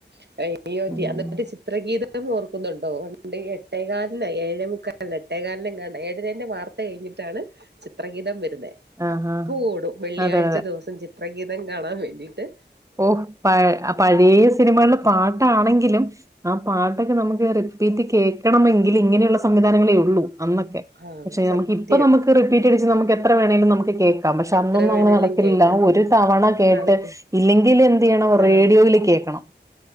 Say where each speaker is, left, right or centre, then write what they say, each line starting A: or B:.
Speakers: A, on the right; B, on the right.
A: <unintelligible>
B: ഉം.
A: അന്നത്തെ ഒരു ചിത്രഗീതം ഓർക്കുന്നുണ്ടോ പണ്ട് എട്ടേകാലിനാ ഏഴേ മുക്കാ അല്ല എട്ടേകാലിന് എങ്ങാണ്ട ഏഴരേന്റെ വാർത്ത കഴിഞ്ഞിട്ടാണ് ചിത്രഗീതം വരുന്നെ
B: ആഹാ.
A: അപ്പോടും വെള്ളിയാഴ്ച്ച
B: അതെ,
A: ദിവസം ചിത്രഗീതം കാണാൻ വേണ്ടിട്ട്
B: ഓഹ് പഴ പഴയ സിനിമകളിൽ പാട്ടാണെങ്കിലും ആ പാട്ടൊക്കെ നമുക്ക് റിപ്പീറ്റ് കേക്കണമെങ്കില് ഇങ്ങനെയുള്ള സംവിധാനങ്ങളേ ഉള്ളൂ അന്നൊക്കെ
A: ആ
B: പക്ഷെ
A: സത്യം
B: നമുക്കിപ്പൊ നമുക്ക് റിപ്പീറ്റ് അടിച്ച് നമുക്ക് എത്ര വേണേലും നമുക്ക് കേക്കാം പക്ഷെ
A: എത്ര
B: അന്നൊന്നും
A: വേണേലും
B: അങ്ങനെ നടക്ക്
A: കേക്കാം
B: ഇല്ല ഒരു തവണ കേട്ട്
A: നാണക്കെ
B: ഇല്ലെങ്കില് എന്ത് ചെയ്യണം
A: ആ
B: റേഡിയോയിൽ കേൾക്കണം